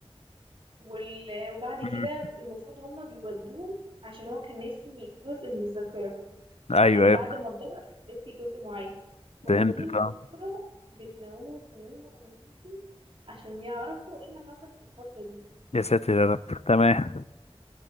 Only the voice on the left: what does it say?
أمم.
ايوه
ايوه
فهمت
اه
يا ساتر يا رب تمام